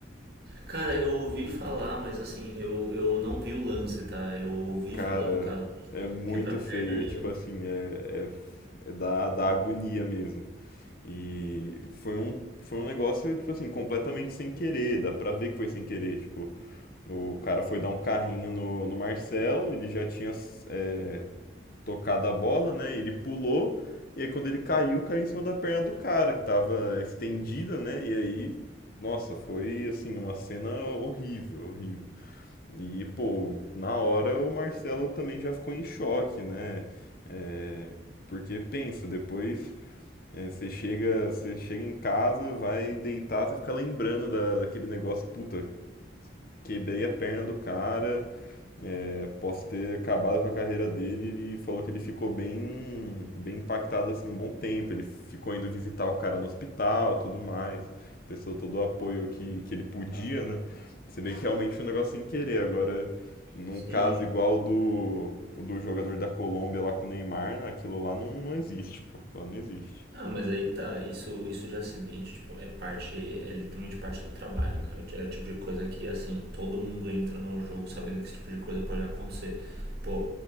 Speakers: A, on the right; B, on the left.
A: Cara, eu ouvi falar, mas assim, eu, eu não vi o lance, tá? Eu ouvi
B: Cara,
A: falar do caso do
B: é muito
A: quebra-perna
B: feio,
A: e
B: É, tipo
A: eu...
B: assim, é, é, é da, da agonia mesmo. E foi um, foi um negócio, tipo assim, completamente sem querer, dá pra ver que foi sem querer, tipo, o cara foi dar um carrinho no, no Marcelo, ele já tinha é, tocado a bola, né, e ele pulou, e aí quando ele caiu, caiu em cima da perna do cara, que tava estendida, né, e aí, nossa, foi, assim, uma cena horrível, horrível. E, pô, na hora o Marcelo também já ficou em choque, né, é, porque pensa, depois é, você chega, você chega em casa, vai deitar, você fica lembrando da, daquele negócio, puta, quebrei a perna do cara, é, posso ter acabado com a carreira dele. Ele falou que ele ficou bem, bem impactado assim um bom tempo. Ele ficou indo visitar o cara no hospital, tudo mais. Prestou todo o apoio que, que ele podia, né? Você vê que realmente foi um negócio sem querer. Agora, num
A: Sim.
B: caso igual do, do jogador da Colômbia lá com o Neymar, né, aquilo lá não, não existe, porque lá não existe.
A: Não, mas aí que tá, isso, isso de acidente, tipo, é parte, é literalmente parte do trabalho, né? É o tipo de coisa que, assim, todo mundo entra no jogo sabendo que esse tipo de coisa pode acontecer. Pô,